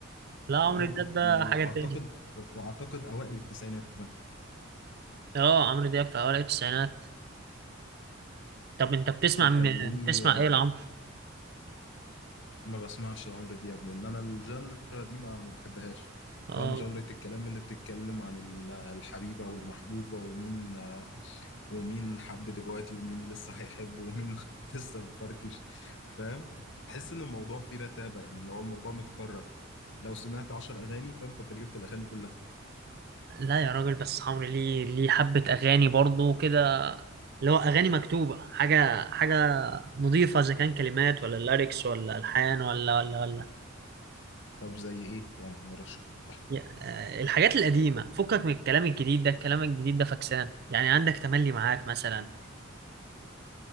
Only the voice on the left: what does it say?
وأب...
واعتقد
واعتقد اوائل التسعينات كمان
وكان
ليه
ما بسمعش عمرو دياب لان انا الجنرا دي ما ما بحبهاش
فاهم جنرة الكلام اللي بتتكلم عن ال- الحبيبة والمحبوبة ومين ومين حب دلوقتي ومين لسه هيحب ومين <laughs> لسه مفركش فاهم بحس ان الموضوع فيه رتابة يعني لو الموضوع متكرر لو سمعت عشر اغاني فاهم فانت جبت الاغاني كلها
طب زي ايه يعني رشح لي